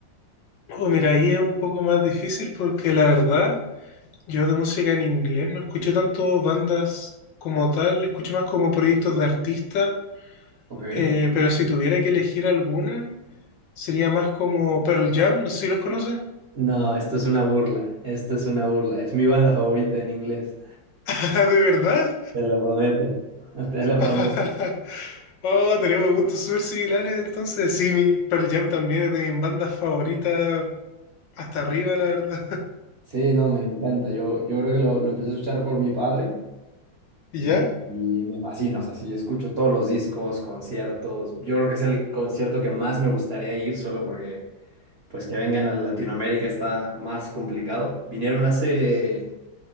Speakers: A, on the left (about 70°); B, on the right (about 45°).
A: Oh, mira, ahí es un poco más difícil porque la verdad, yo de música en inglés no escucho tanto bandas como tal, escucho más como proyectos de artistas,
B: Ok.
A: eh, pero si tuviera que elegir alguna, sería más como Pearl Jam, no sé si los conoces.
B: No, esto es una burla, esto es una burla, es mi banda favorita en inglés,
A: <laughs> Ah, ¿De verdad?
B: te lo prometo, <laughs> te
A: <laughs>
B: lo prometo.
A: Oh, tenemos gustos súper similares, entonces sí, mi- Pearl Jam también es de mis bandas favoritas, hasta arriba, la verdad.
B: Sí, no, me encanta, yo, yo creo que lo, lo empecé a escuchar por mi padre
A: <laughs> ¿Ya?
B: y, y me fascina, o sea, sí, escucho todos los discos, conciertos, yo creo que es el concierto que más me gustaría ir solo porque pues que vengan a Latinoamérica está más complicado. Vinieron hace,